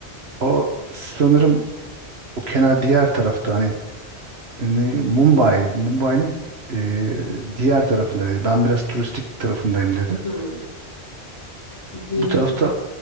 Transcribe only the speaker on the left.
Hmm. Ne bileyim
mesela